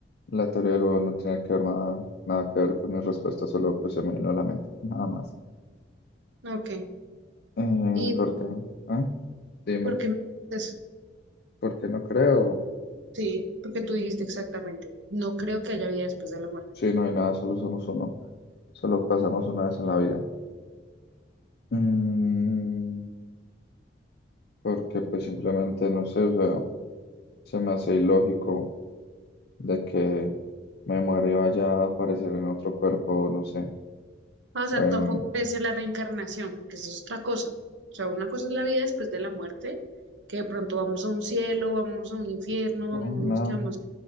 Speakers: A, on the left (about 60°); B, on the right (about 85°).
A: La teoría del huevo no tiene que ver nada, nada que ver con mi respuesta, solo pues se me vino a la mente, nada más.
B: Ok.
A: Eh,
B: ¿Y
A: ¿por qué? ¿Ah? Dime,
B: por qué no? Entonces,
A: ¿por qué no creo?
B: sí, porque tú dijiste exactamente. No creo que haya vida después de la muerte.
A: Sí, no hay nada, solo somos uno. Solo pasamos una vez en la vida. Mm, porque pues simplemente no sé, o sea, se me hace ilógico de que me muera y vaya a aparecer en otro cuerpo, no sé,
B: O sea,
A: bueno,
B: tampoco crees en la reencarnación, porque eso es otra cosa. O sea, una cosa es la vida después de la muerte, que de pronto vamos a un cielo, vamos a un infierno,
A: no,
B: vamos,
A: nada,
B: nos quedamos